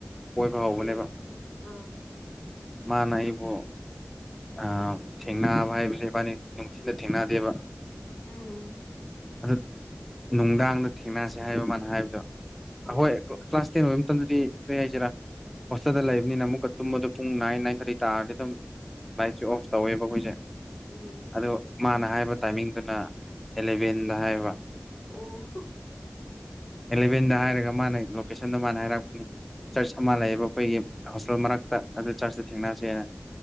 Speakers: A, in the centre; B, on the left.
A: ꯀꯣꯢꯕ ꯍꯧꯕꯅꯦꯕ
B: ꯑꯥ ꯑꯥ
A: ꯃꯥꯅ ꯑꯩꯕꯨ ꯑꯥ ꯊꯦꯡꯅꯕ ꯍꯥꯏꯕꯁꯦ ꯏꯕꯥꯅꯤ ꯅꯨꯡꯊꯤꯟꯗ ꯊꯦꯡꯅꯗꯦꯕ
B: ꯎꯝ
A: ꯑꯗꯨ ꯅꯨꯡꯗꯥꯡꯗ ꯊꯦꯡꯅꯁꯦ ꯍꯥꯏꯕ ꯃꯥꯅ ꯍꯥꯏꯕ ꯑꯈꯣꯢ
B: ꯑꯣ
A: ꯀꯥ ꯀ꯭ꯂꯥꯁ ꯇꯦꯟ ꯂꯣꯏꯝ ꯃꯇꯝꯗꯗꯤ ꯀꯩ ꯍꯥꯏꯁꯤꯔ ꯍꯣꯁꯇꯦꯜꯗ ꯂꯩꯕ ꯅꯤꯅ ꯑꯃꯨꯛꯀ ꯇꯨꯝꯕꯗꯣ ꯄꯨꯡ ꯅꯥꯏ ꯅꯥꯟ ꯊꯥ꯭ꯔꯇꯤ ꯇꯥꯔꯗꯤ ꯗꯨꯝ ꯂꯥꯏꯠꯁꯦ ꯑꯣꯐ ꯇꯧꯋꯦꯕ ꯑꯈꯣꯏꯁꯦ
B: ꯎꯝ
A: ꯑꯗꯨ ꯃꯥꯅ ꯍꯥꯏꯕ ꯇꯥꯏꯃꯤꯡꯗꯨꯅ ꯑꯦꯂꯚꯦꯟꯗ ꯍꯥꯏꯕ
B: ꯑꯣꯍꯣ
A: ꯑꯦꯂꯚꯦꯟꯗ ꯍꯥꯏꯔꯒ ꯃꯥꯅ ꯂꯣꯀꯦꯁꯟꯗ ꯃꯥꯅ ꯍꯥꯏꯔꯛꯄꯅꯦ ꯆ꯭ꯔꯁ ꯑꯃ
B: ꯎꯝ
A: ꯂꯩꯌꯦꯕ ꯑꯈꯣꯏꯒꯤ ꯍꯣꯁꯇꯦꯜ ꯃꯔꯛꯇ ꯑꯗꯨ ꯆ꯭ꯔꯁꯇ ꯊꯦꯡꯅꯁꯤ ꯍꯥꯏ